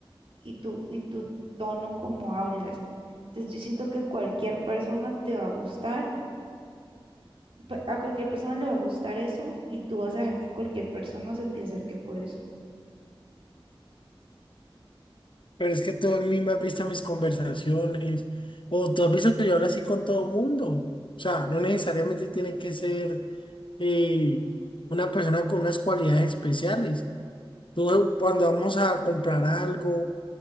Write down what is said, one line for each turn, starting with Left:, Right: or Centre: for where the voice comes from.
Right: y tu, y tu tono como hablas. Entonces yo siento que cualquier persona te va a gustar, pe- a cualquier persona le va a gustar eso y tú vas a dejar que cualquier persona se te acerque por eso.
Left: Pero es que tú a mí me has visto mis conversaciones, o tú has visto que yo hablo así con todo mundo. O sea, no necesariamente tiene que ser eh, una persona con unas cualidades especiales. Tú, cuando vamos a comprar algo,